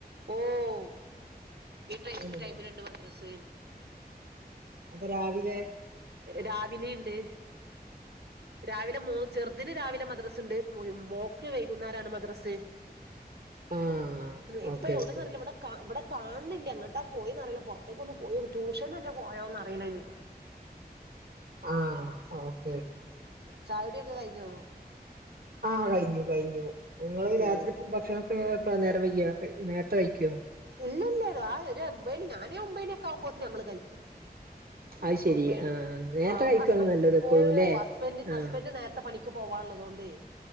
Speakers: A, on the right (about 80°); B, on the right (about 65°).
A: ഓഹ് ഈ ടൈ
B: ആണല്ലേ
A: ടൈമിലുണ്ട് മദ്രസ്
B: അപ്പൊ രാവിലെ
A: രാവിലീണ്ട്. രാവിലെ മോ ചെറുതിന് രാവിലെ മദ്രസണ്ട് മോ മോക്ക് വൈകുന്നേരാണ് മദ്രസ്
B: ആഹ്
A: ഇപ്പൊ
B: ഓക്കെ
A: എവിടുന്ന
B: ഓക്കെ
A: അറിയില്ല ഇവിടെ കാ ഇവിടെ കാണുന്നില്ല എങ്ങോട്ടാ പോയേന്നറിയില്ല പൊറത്തേക്ക് ഒന്ന് പോയോ ട്യൂഷന് എറ്റെ പോയോന്നറിയില്ല ഇനി
B: ആഹ് ഓക്കെ ഓക്കെ
A: ചായ കുടിയൊക്കെ കഴിഞ്ഞോ?
B: ആഹ് കഴിഞ്ഞു കഴിഞ്ഞു നിങ്ങള് രാത്രി
A: ഏ
B: ഭക്ഷണൊക്കെ എപ്പളാ നേരം വൈകിയോ നേരത്തെ കഴിക്കോ?
A: ഇല്ല ഇല്ല ആ ഒരുഒമ്പതിന് ഞാനേ ഒമ്പേന് ആകുമ്പോഴത്തേന് ഞങ്ങള് കഴിക്കും.
B: അത് ശെരി
A: ഒമ്പേന്
B: ആഹ് നേരത്തെ
A: ആഹ്
B: കഴിക്കാണ്
A: ഹസ്
B: നല്ലത് എപ്പഴും
A: ഓഹ്
B: ല്ലേ
A: ഹസ്ബൻഡ് ഹസ്ബൻഡ്
B: ആഹ്
A: നേരത്തെ പണി ണിക്ക് പോവാനുള്ളതു കൊണ്ടേ